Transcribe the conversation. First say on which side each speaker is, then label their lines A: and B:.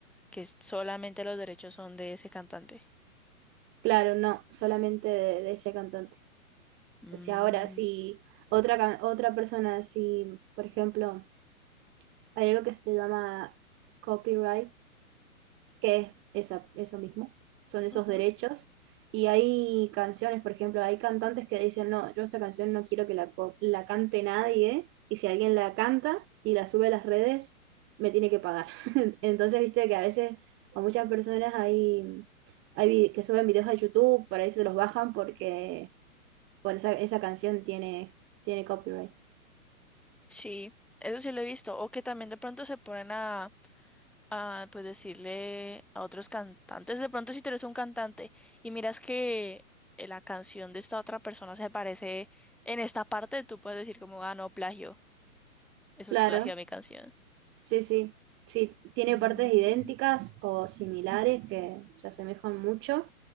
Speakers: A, in the centre; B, on the right.
A: que s- solamente los derechos son de ese cantante.
B: claro, no, solamente de, de, ese cantante.
A: Mm,
B: O sea, ahora si otra, can- otra persona, si por ejemplo, hay algo que se llama copyright, que es esa- eso mismo, son esos
A: ujú.
B: derechos. Y hay canciones, por ejemplo, hay cantantes que dicen, no, yo esta canción no quiero que la, co- la cante nadie, y si alguien la canta y la sube a las redes, me tiene que pagar. <laughs> Entonces, viste que a veces a muchas personas hay, hay vi- que suben videos a YouTube, por ahí se los bajan porque, bueno, esa, esa canción tiene, tiene copyright.
A: Sí, eso sí lo he visto. O que también de pronto se ponen a ah, pues decirle a otros cantantes, de pronto si tú eres un cantante y miras que eh, la canción de esta otra persona se parece en esta parte, tú puedes decir como, ah, no, plagio, eso
B: Claro,
A: es plagio a mi canción.
B: sí, sí. Sí, tiene
A: Mm,
B: partes idénticas o similares que se asemejan mucho.